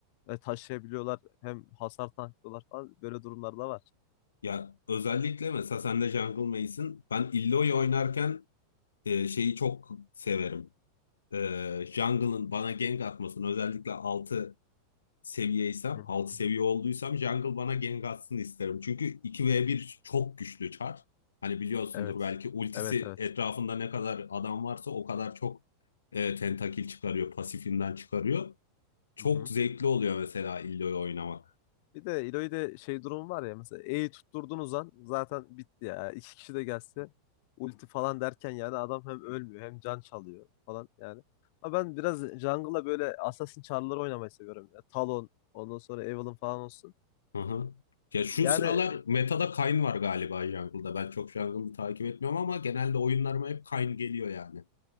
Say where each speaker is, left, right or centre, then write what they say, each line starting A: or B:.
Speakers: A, on the left (about 45°); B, on the left (about 70°).
A: e, taşıyabiliyorlar. Hem hasar tanklıyorlar falan böyle durumlar da var.
B: Ya özellikle mesela sen de Jungle Mage'sin. Ben Illaoi oynarken e, şeyi çok severim. E, Jungle'ın bana gank atmasını özellikle 6 seviyeysem,
A: Hı hı.
B: 6 seviye olduysam Jungle bana gank atsın isterim. Çünkü iki v bir çok güçlü çar. Hani biliyorsundur
A: Evet.
B: belki ultisi
A: Evet evet.
B: etrafında ne kadar adam varsa o kadar çok e, tentakil çıkarıyor, pasifinden çıkarıyor. Çok
A: Hı hı.
B: zevkli oluyor mesela Illio'yu oynamak.
A: Bir de İloy'de şey durum var ya mesela E'yi tutturdunuz an zaten bitti ya. İki kişi de gelse ulti falan derken yani adam hem ölmüyor hem can çalıyor falan yani. Ama ben biraz jungle'a böyle Assassin çarları oynamayı seviyorum. Ya. Talon ondan sonra Evelynn falan olsun.
B: Hı hı. Ya şu
A: Yani
B: sıralar metada Kayn var galiba jungle'da. Ben çok jungle'ı takip etmiyorum ama genelde oyunlarıma hep Kayn geliyor yani.